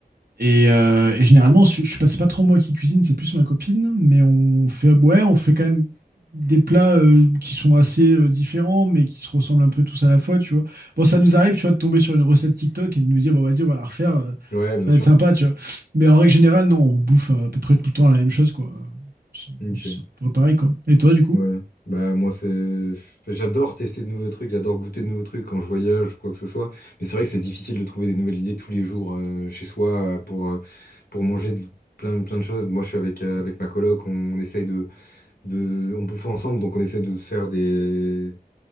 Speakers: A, on the right; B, on the left.
A: Et, euh, et généralement, je, je passe pas trop moi qui cuisine, c'est plus ma copine, mais on fait, ouais, on fait quand même des plats euh, qui sont assez euh, différents, mais qui se ressemblent un peu tous à la fois, tu vois. Bon, ça nous arrive, tu vois, de tomber sur une recette TikTok et de nous dire, bon, vas-y, on va la refaire, euh,
B: Ouais, bien
A: ça
B: sûr.
A: va être sympa, tu vois. Mais en règle générale, non, on bouffe euh, à peu près tout le temps la même chose, quoi. C'est
B: Ok.
A: c'est à peu près pareil, quoi. Et toi, du coup?
B: Ouais, bah moi c'est, enfin, j'adore tester de nouveaux trucs, j'adore goûter de nouveaux trucs quand je voyage ou quoi que ce soit. Mais c'est vrai que c'est difficile de trouver des nouvelles idées tous les jours euh, chez soi euh, pour euh, pour manger de- plein plein de choses. Moi je suis avec euh, avec ma coloc, on, on essaye de de, on bouffe ensemble, donc on essaye de se faire des